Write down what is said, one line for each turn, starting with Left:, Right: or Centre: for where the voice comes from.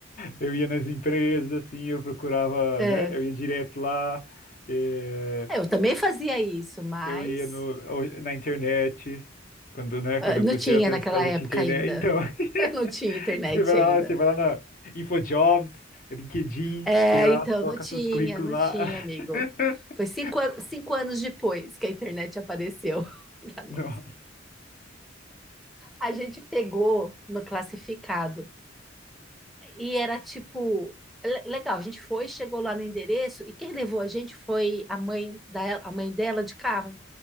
Left: Eu ia nas empresas, assim, eu procurava,
Centre: É.
Left: né? Eu ia direto lá, eh,
Centre: É, Eu também fazia isso, mas
Left: eu ia no, ou- na internet, quando, né,
Centre: ah,
Left: quando
Centre: não
Left: eu comecei
Centre: tinha
Left: a ter
Centre: naquela
Left: a cidade
Centre: época
Left: de internet,
Centre: ainda.
Left: então, <laughs>
Centre: <laughs> Não tinha internet
Left: você vai
Centre: ainda.
Left: lá, você vai lá na InfoJobs, LinkedIn,
Centre: É,
Left: tem lá,
Centre: então,
Left: coloca
Centre: não tinha,
Left: seus currículos
Centre: não
Left: lá.
Centre: tinha, amigo.
Left: <laughs>
Centre: Foi cinco, an- cinco anos depois que a internet apareceu <laughs> para nós.
Left: Nossa,
Centre: A gente pegou no classificado. E era tipo, le- legal, a gente foi, chegou lá no endereço, e quem levou a gente foi a mãe da, a mãe dela de carro.